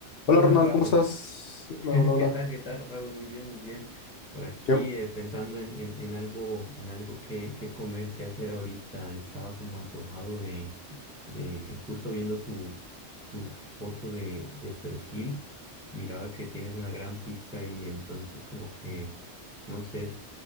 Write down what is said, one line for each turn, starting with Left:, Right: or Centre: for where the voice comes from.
Left: Hola
Centre: Hola
Left: Ronald,
Centre: Raúl,
Left: ¿cómo estás?
Centre: <laughs>
Left: Hola, hola, hola.
Centre: ¿qué tal? ¿Qué tal Raúl? Muy bien, muy bien. Por aquí
Left: Qué-
Centre: eh, pensando en, en, en algo, en algo que, que comer, que hacer ahorita. Estaba como antojado de, de justo viendo tu, tu foto de, de perfil. Miraba que tienes una gran pizza y entonces como que, no sé,